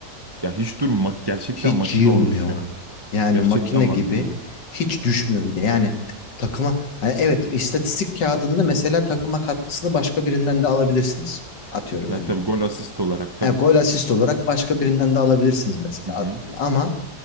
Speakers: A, on the right; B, on the left.
A: ya hiç durma mak- gerçekten
B: Hiç
A: makine
B: yılmıyor.
A: olmuş yani.
B: Yani
A: Gerçekten
B: makine
A: makine
B: gibi
A: olmuş.
B: hiç düşmüyor bir de. Yani takıma yani evet istatistik kağıdında mesela takıma katkısını başka birinden de alabilirsiniz. Atıyorum
A: Yani
B: hani
A: tabii gol asist olarak tabii.
B: E, gol asist olarak başka birinden de alabilirsiniz mesela.
A: Hı hı.
B: Ama